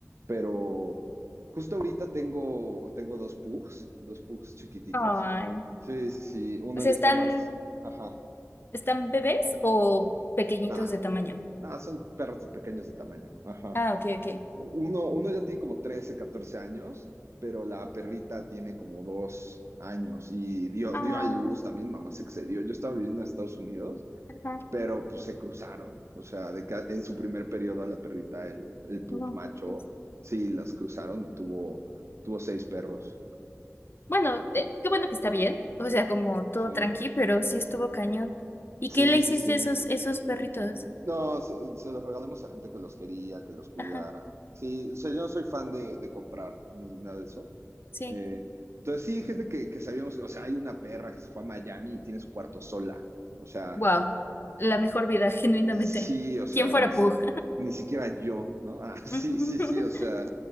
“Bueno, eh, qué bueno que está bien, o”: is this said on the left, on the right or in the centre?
Left